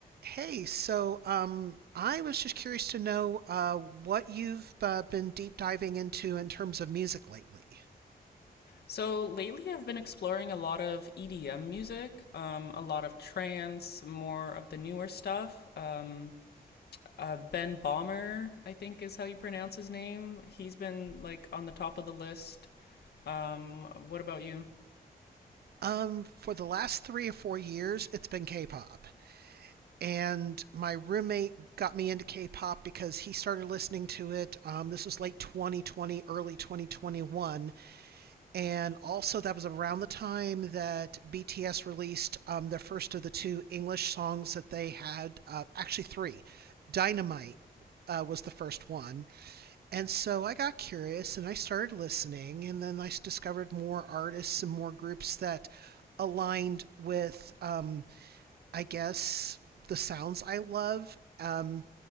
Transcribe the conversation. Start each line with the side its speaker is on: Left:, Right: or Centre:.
Right: Hey, so um, I was just curious to know uh, what you've uh, been deep diving into in terms of music lately.
Left: So lately, I've been exploring a lot of EDM music, um, a lot of trance, more of the newer stuff. Um, uh, ben Bomber, I think is how you pronounce his name. He's been like on the top of the list. Um, what about you?
Right: Um, for the last three or four years, it's been K-pop, and my roommate got me into K-pop because he started listening to it. Um, this was late 2020, early 2021, And also, that was around the time that BTS released um, their first of the two English songs that they had, uh, actually, three. Dynamite uh, was the first one. And so I got curious and I started listening, and then I discovered more artists and more groups that aligned with, um, I guess, the sounds I love. Um,